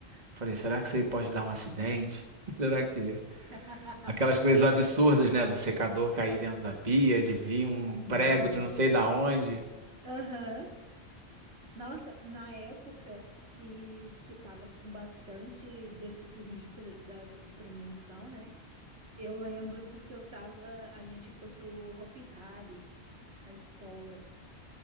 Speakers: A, on the right; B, on the right.
A: Falei, será que isso aí pode dar um acidente? <laughs> Será que.
B: <laughs>
A: Aquelas coisas absurdas, né? Do secador cair dentro da pia, de vir um
B: Sim.
A: prego de não sei da onde,
B: Aham. Nossa, na época que, que tava com bastante desses filmes de, pre- da, de premonição, né? Eu lembro porque eu tava. A gente foi pro Hopi Hari com a escola.